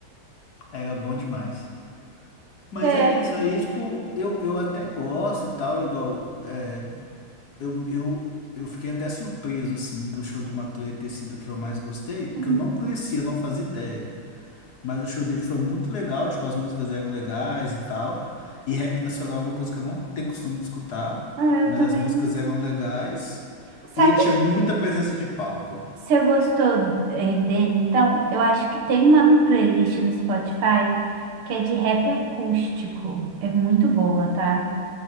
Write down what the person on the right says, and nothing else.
É.
Hum.
Ah,
eu também.
Sabe
Você gostou eh, dele? Então, eu acho que tem uma playlist no Spotify que é de rap acústico. É muito boa, tá?